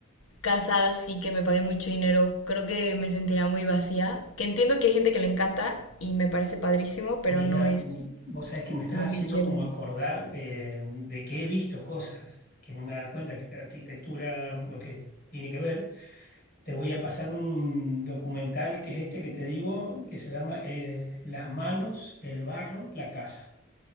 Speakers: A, on the left; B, on the left.
A: casas y que me paguen mucho dinero, creo que me sentiría muy vacía. Que entiendo que hay gente que le encanta y me parece padrísimo, pero
B: Mira,
A: no es
B: mi- vos sabés que me estás
A: lo
B: haciendo
A: que quiero.
B: como acordar eh, de que he visto cosas que no me he dado cuenta que la arquitectura, lo que tiene que ver. Te voy a pasar un documental que es este que te digo, que se llama eh, Las manos, el barro, la casa.